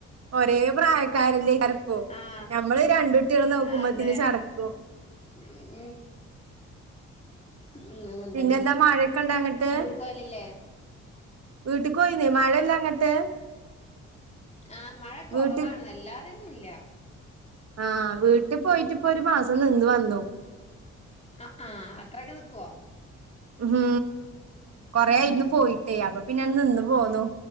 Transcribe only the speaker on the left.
ആഹ്
അതെ
<inaudible> ഉം അങ്ങനെ
തന്നെ
വീട്ടക്ക്പോവല് ല്ലേ -
ആഹ് മഴ കൊറവാണ്
അല്ലാതെയൊന്നും ഇല്ല-
ആഹ് ആഹ് അത്രൊക്കെ നിക്കുവോ?
ഉം